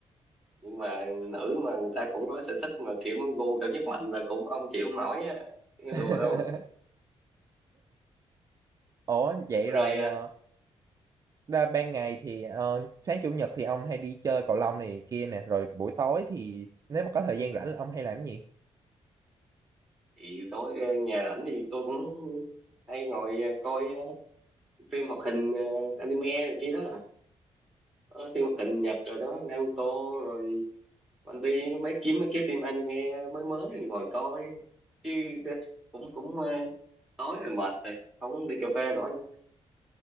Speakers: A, in the centre; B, on the right.
A: nhưng mà nữ mà người ta cũng có sở thích mà kiểu gu cao nhất mạnh là cũng ông chịu không nổi á Cái
B: <laughs>
A: đùa đâu
B: Ủa vậy
A: rồi
B: rồi
A: ờ,
B: ờ, ra ban ngày thì ờ, sáng chủ nhật thì ông hay đi chơi cầu lông này kia nè rồi buổi tối thì nếu mà có thời gian rảnh là ông hay làm cái gì
A: thì tối ờ, nhà rảnh thì tôi cũng hay ngồi ờ, coi ờ, phim hoạt hình ờ, anime rồi kia đó Có phim hoạt hình Nhật rồi đó Naruto rồi One Piece mấy kiếm mấy cái phim anime mới mới rồi ngồi coi chứ ờ, cũng cũng ờ, tối rồi mệt rồi không đi cà phê nổi nữa